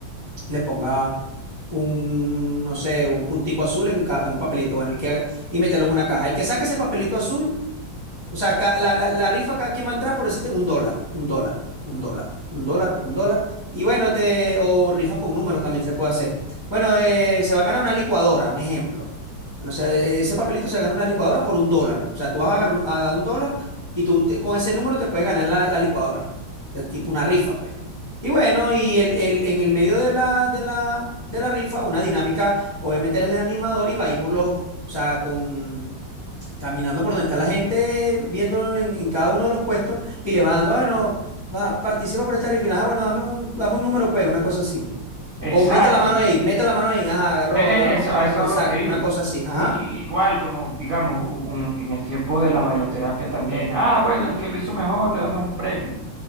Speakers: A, on the left; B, on the right.
A: le ponga un, no sé, un puntico azul en, ca- en un papelito, bueno, el que, haga- y meterlo en una caja. El que saque ese papelito azul o sea, ca- la, la- la rifa cada quien va a entrar por decirte un dólar, un dólar, un dólar, un dólar, un dólar. Y bueno, te, o rifa con números también se puede hacer. Bueno, eh, se va a ganar una licuadora, un ejemplo. Bueno, o sea, e- e, ese papelito se gana una licuadora por un dólar. O sea, tú vas a, agarrar- a dar un dólar y tú te- con ese número te puedes ganar la, la licuadora, pues. De tipo una rifa, pues. Y bueno, y el, el- en el medio de la, de la, de la rifa, una dinámica, obviamente él es el animador y va a ir por los, o sea, con caminando por donde está la gente, viéndolo en, en cada uno de los puestos y le va dando, "Ah, bueno, va, participa por esta rifle, ah, bueno, dame un, dame un número, pues, una cosa así.
B: exacto.
A: O meta la mano ahí, meta la mano ahí, ajá, agarró,
B: E-
A: agarró,
B: e- eso,
A: que agarró,
B: a eso es
A: exacto,
B: a lo que
A: una
B: iba.
A: cosa así, ajá.
B: Y, y- igual, como digamos, un- un- en el tiempo de la bailoterapia también. Ah, bueno, el que lo hizo mejor le damos un premio.